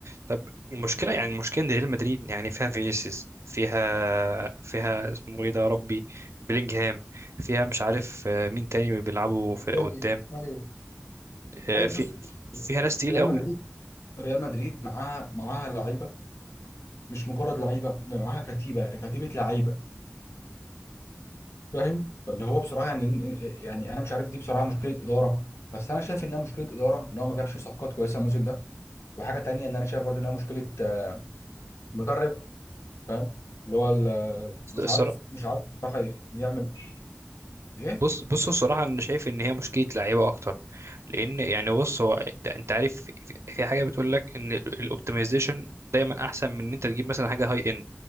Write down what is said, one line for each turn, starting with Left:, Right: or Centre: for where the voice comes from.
Right: طب المشكلة يعني المشكلة ان ريال مدريد يعني فيها فينيسيوس فيها فيها اسمه ايه ده يا ربي بلينجهام فيها مش عارف آه، مين تاني بيلعبوا في
Left: مبابي
Right: قدام
Left: ايوه
Right: آه،
Left: أيوه
Right: في
Left: بص
Right: فيها ناس تقيلة
Left: ريال مدريد ريال مدريد معاها معاها لعيبة مش مجرد لعيبه ده معاها كتيبه يعني كتيبه لعيبه فاهم فاللي هو بصراحه يعني يعني انا مش عارف دي بصراحه مشكله اداره بس انا شايف انها مشكله اداره ان هو ما جابش صفقات كويسه الموسم ده وحاجه تانية ان انا شايف برضه انها مشكله آه، مدرب فاهم اللي هو ال- مش
Right: قوي
Left: عارف مش عارف بصراحه يعمل ايه
Right: بص بص الصراحة أنا شايف إن هي مشكلة لعيبة أكتر لأن يعني بص هو أنت أنت عارف في في حاجة بتقول لك إن الأوبتمايزيشن دايما أحسن من إن أنت تجيب مثلا حاجة هاي إند